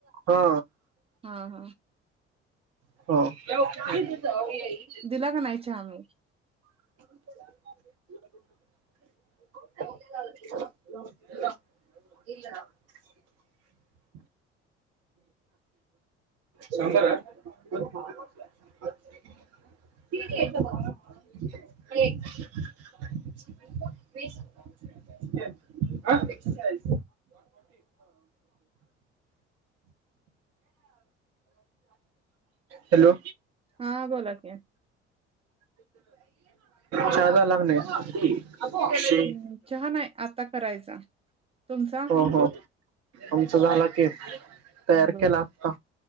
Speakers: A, on the right; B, on the right.
A: हा
B: हा हा
A: हो
B: दिला का नाही चहा मग.
A: <unintelligible> <unintelligible> <unintelligible> <unintelligible> सांभार <unintelligible> <unintelligible> एक्साईज हॅलो
B: हा बोला की.
A: चहा झाला की नाही.
B: हम्म, चहा नाही. आता करायचा. तुमचा
A: हो हो आमचा झाला की. तयार
B: बर
A: केला आता.